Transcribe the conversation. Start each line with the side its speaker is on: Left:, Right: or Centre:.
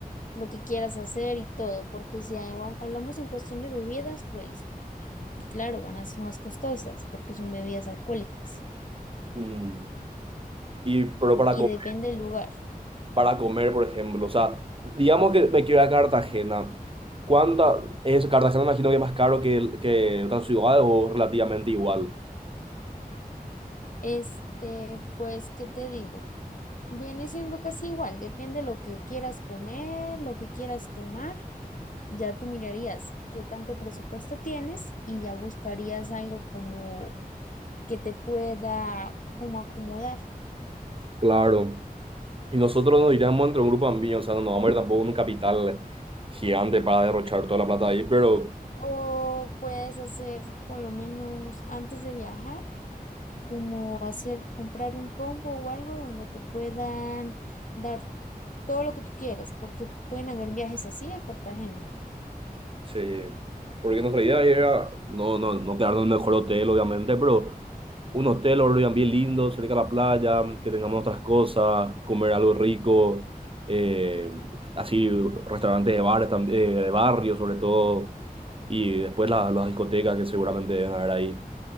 Left: lo que quieras hacer y todo, porque si hay- hablamos en cuestión de bebidas, pues claro, van a ser más costosas porque son bebidas alcohólicas
Right: Mm. Y, pero para
Left: y
Right: comer,
Left: depende del lugar.
Right: para comer, por ejemplo, o sea, digamos que me quiero ir a Cartagena. ¿Cuánta es Cartagena? Me imagino que es más caro que, el- que otras ciudades o relativamente igual.
Left: Este, pues, ¿qué te digo? Viene siendo casi igual, depende lo que quieras comer, lo que quieras tomar. Ya tú mirarías qué tanto presupuesto tienes y ya buscarías algo como que te pueda como acomodar.
Right: Claro. Y nosotros nos iríamos entre un grupo amplio, o sea, no nos vamos a ir tampoco a un capital gigante para derrochar toda la plata ahí, pero
Left: O puedes hacer por lo menos antes de viajar, como hacer comprar un combo o algo donde te puedan dar todo lo que tú quieras, porque pueden haber viajes así a Cartagena.
Right: sí. Porque nuestra idea era no, no, no quedarnos en el mejor hotel, obviamente, pero un hotel o Airbnb lindo, cerca de la playa, que tengamos nuestras cosas, comer algo rico, eh, así restaurantes de bares, tam- eh, de barrio sobre todo, y después la- las discotecas que seguramente deben haber ahí.